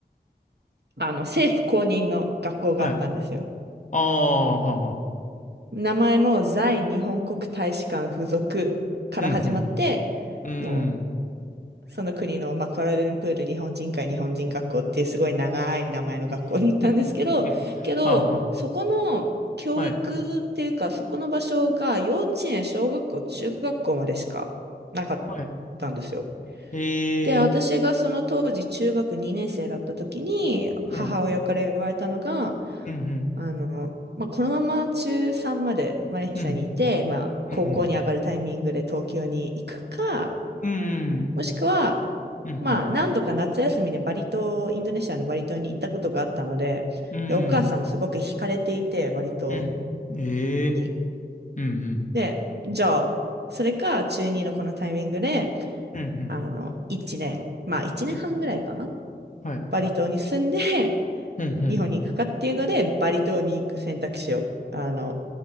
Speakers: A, on the right; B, on the left.
A: あの、政府公認の学校があったんですよ。
B: はい。ああ、はあはあ。
A: 名前も在日本国大使館附属から始まって、
B: うん、うん。
A: もう、
B: うん。
A: その国の、まあ、クアラルンプール日本人会日本人学校っていうすごい長い名前の学校に行ったんですけど、
B: <laughs>
A: けど、
B: はあは
A: そこの教育っていうか、
B: あ。はい。
A: そこの場所が幼稚園、小学校、中学校までしかなかっ
B: はい。
A: たんですよ。
B: へえ。
A: で、私がその当時中学2年生だった時に母親から言われたのが、
B: はい。うん、うん。
A: あの、まあ、このまま中3までマレーシアにいて、
B: うん、
A: まあ、
B: うん。
A: 高校に上がるタイミングで東京に行くか、
B: うん、うん。
A: もしくは、
B: うんうん、
A: まあ、
B: うんうん。
A: 何度か夏休みでバリ島、インドネシアのバリ島に行ったことがあったので、
B: うんうん
A: で、お母さんもすごく惹かれていて、バリ島
B: うん。ええ。
A: に。
B: うんうん。
A: で、じゃあ、それか中2のこのタイミングで、
B: うんうん
A: あの、1年、まあ1年半ぐらいかな
B: うん。はい。
A: バリ島に住んで、
B: うんうん。
A: 日本に行くかっていうので、バリ島に行く選択肢を、あの、